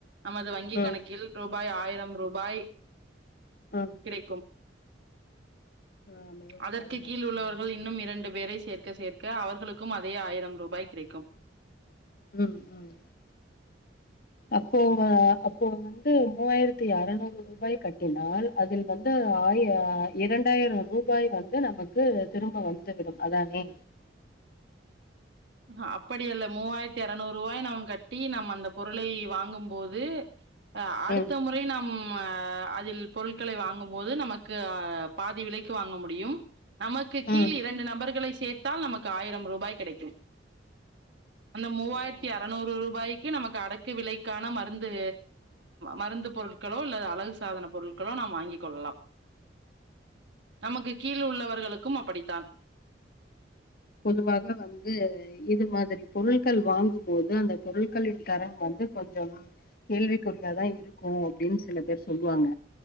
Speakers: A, on the right (about 70°); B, on the left (about 50°).
A: நமது வங்கிக்
B: ம்
A: கணக்கில் ரூபாய் ஆயிரம் ரூபாய்
B: ம்
A: கிடைக்கும்
B: ஆ மிகவும்
A: அதற்கு
B: அருமை
A: கீழ் உள்ளவர்கள்
B: ஆ
A: இன்னும் இரண்டு பேரை சேர்க் க சேர்க்க அவர்களுக்கும் அதே ஆயிரம் ரூபாய் கிடைக்கும்
B: ம் ம் அப்போ அப்போ வந்து மூவாயிரத்தி அறநூறு ரூபாய் கட்டினால் அதில் வந்து
A: ம்
B: ஆயிர இரண்டாயிர ரூ பாய் வந்து நமக்கு திரும்ப வந்து விடும் அதானே
A: ஹ அப்படிஅல்ல மூவாயிரத்தி அறநூறு ரூவாய் நம் கட்டி நம் அந்த பொருளை வாங்கும்போது அ அடுத்த
B: ம்
A: மு றை நம்ம அதில் பொருட்களை வாங்கும்போது நமக்கு பாதி விலைக்கு வாங்க முடியும் நமக்கு கீழ்
B: ம்
A: இரண்டு நபர்களை சேர்த்தால் நமக்கு ஆயிரம் ரூபாய் கிடைக்கும் அந்த மூவாயிரத்தி
B: ம்.
A: அறநூறு ரூபாய் க்கி நமக்கு அடக்கு விலைக்கான மருந்து மருந்து பொருட்களோ அல்லது அழகு சாதன பொருட்க ளோ நாம் வாங்கிக் கொள்ளலாம் நமக்கு கீழ் உள்ளவர்களுக்கும் அப்படித்தான்
B: பொதுவாக வந்து இது மாதிரி பொருட்கள் வாங்கும் போது இந்த பொருட்களின் தரம் வந்து கொஞ்சம் கேள்விக்குறியதா இருக்கு அப்டின் சில பேர் சொல்லுவாங்க